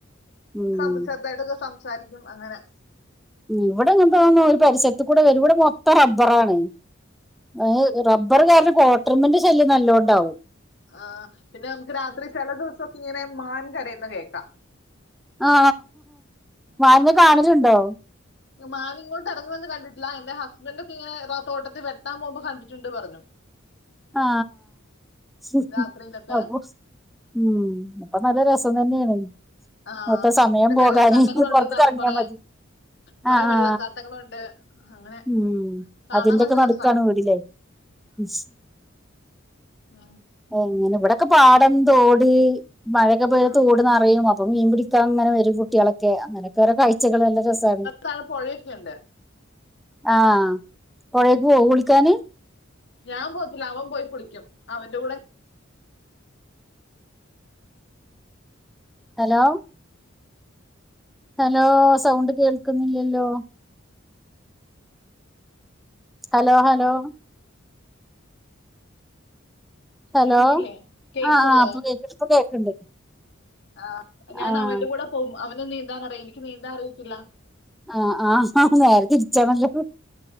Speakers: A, on the left; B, in the centre.
A: <unintelligible>
B: ഉം
A: ചെർതായിട്ടൊക്ക സംസാരിക്കും അങ്ങനെ
B: ഇവടെ അങ്ങൻതതോന്നും ഒര് പരിസര്ത്ത് കൂടെ വരൂ ഇവടെ മൊത്തം റബ്ബറാണ് ആ റബ്ബറ് കാരണം കോട്ടര്മന്റെ ശല്യം നല്ലോണ്ടാവും
A: ആ പിന്നെ നമുക്ക് രാത്രി ചെല ദിവസൊക്കെ ഇങ്ങനെ മാൻ കരയുന്ന കേക്കാ
B: ആ മാൻനെ കാണല്ണ്ടോ
A: മാന് ഇങ്ങോട്ട് എറങ്ങി വന്ന് കണ്ടിട്ടില്ല എന്റെ ഹസ്ബൻഡ് ഒക്ക ഇങ്ങനെ തൊട്ടത്തി വൊട്ടാം പോവുമ്പോ കണ്ട്ട്ട്ണ്ട് പറഞ്ഞു
B: ആ <unintelligible>
A: രാത്രിയിലൊക്കെ
B: ഉം അപ്പം നല്ല രസം തന്നെണ്
A: ആ
B: മൊത്തം സമയം
A: പിന്നെ
B: പോകാനെ
A: വെള്ളച്ചാട്ടങ്ങളുണ്ട്
B: പൊർത്ത്ക്ക്
A: നിറ-
B: എർങ്ങിയാ
A: കുറെ
B: മതി
A: കുറെ
B: ആ
A: വെള്ളച്ചാട്ടങ്ങളുണ്ട്
B: ആ
A: അങ്ങനെ
B: ഉം
A: കാണാൻ
B: അതിന്റെക്കെ
A: നല്ല
B: നടുക്കാണ്
A: രസാ
B: വീട് ലെ ഉം
A: ആഹ്
B: എങ്ങനെ ഇവിടൊക്കെ പാടം തോട് മഴക്കെ പെയ്ത
A: ആ
B: തോട്ന്നറിയും അ അപ്പൊ മീൻ പിടിക്കാൻ അങ്ങനെ വരും കുട്ടികളൊക്കെ അങ്ങനെയൊക്കെ ഓരോ കാഴ്ചകൾ നല്ല രസമാണ്
A: താഴെ പുഴയൊക്കെ ഉണ്ട്
B: ആഹ് പുഴേക്ക് പോവോ
A: ഉം.
B: കുളിക്കാന്
A: ഞാൻ പോകത്തില്ല അവൻ പോയി കുളിക്കും അവന്റെ കൂടെ
B: ഹലോ ഹലോ സൗണ്ട് കേൾക്കുന്നില്ലല്ലോ ഹലോ ഹലോ ഹലോ
A: കേക്കുന്നില്ലേ കേക്കുന്നില്ലേ
B: ആഹ് ആഹ് ഇപ്പൊ കേക്ക്ണ്ട് ഇപ്പൊ കേക്ക്ണ്ട്
A: ആഹ് ഞാൻ
B: ആഹ്
A: അവന്റെ കൂടെ പോകും അവന് നീന്താൻ അറിയും എനിക്ക് നീന്താൻ അറിയത്തില്ല
B: ആഹ് ആഹ് ആഹ് നേരെ തിരിച്ചാണല്ലോ